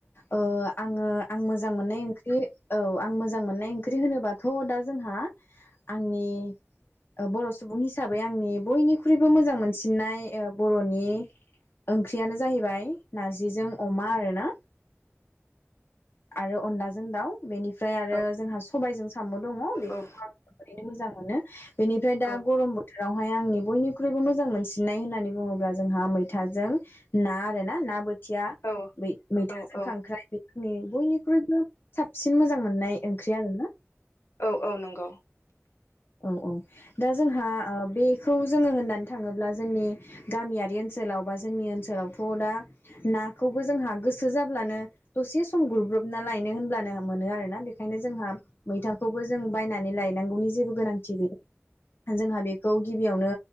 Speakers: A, on the left; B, on the left.
A: ओ आङो आं मोजां मोननाय ओंख्रि औ आं मोजां मोननाय ओंख्रि होनोबाथ' दा जोंहा आंनि ओ बर' सुबुं हिसाबै आंनि बयनिख्रुइबो मोजां मोनसिननाय ओ बर'नि ओंख्रियानो जाहैबाय नारजिजों अमा आरो ना आरो अनला जों दाव बेनिफ्राय आरो
B: औ
A: जोंहा सबायजों साम' दङ' बेफोरखौ
B: औ
A: आं <unintelligible> मोजां मोनो बेनिफ्राय दा
B: औ
A: गरम बो जेरावहाय आंनि बयनिख्रुइबो मोजां मोनसिननाय होननानै बुङोब्ला जोंहा मैथाजों ना आरोना ना बोथिया।
B: औ
A: बै मैथाजों
B: औ औ
A: खांख्राइ बेफोरनि बयनिख्रुइबो साबसिन मोजां मोननाय ओंख्रि आरोना।
B: औ औ नंगौ।
A: औ औ दा जोंहा ओ बेखौ जोङो होननानै थाङोब्ला जोंनि गामियारि ओनसोलाव बा जोंनि ओनसोलावथ' दा नाखौबो जोंहा गोसो जाब्लानो दसे सम ग्रुरब्रबना लायनो होनब्लानो मोनो आरोना बेनिखायनो जोंहा मैथाखौबो जों बायनानै लायनांगौनि जेबो गोनांथि गैया जोंहा बेखौ गिबियावनो